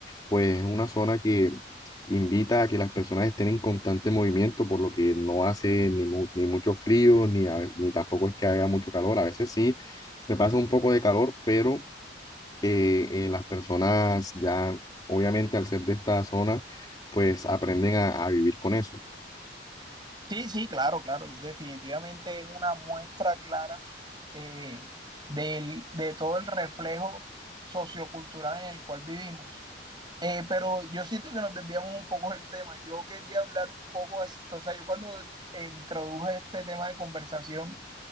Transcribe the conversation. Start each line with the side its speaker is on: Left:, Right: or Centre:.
Left: pues es una zona que invita a que las personas estén en constante movimiento, por lo que no hace ni, mu- ni mucho frío, ni, a- ni tampoco es que haga mucho calor. A veces sí, se pasa un poco de calor, pero eh, eh, las personas ya, obviamente al ser de esta zona, pues aprenden a, a vivir con eso.
Right: Sí, sí, claro, claro. Yo Definitivamente es una muestra clara eh, del- de todo el reflejo sociocultural en el cual vivimos. Eh, pero yo siento que nos desviamos un poco del tema. Yo quería hablar un poco, as- o sea, yo cuando eh, introduje este tema de conversación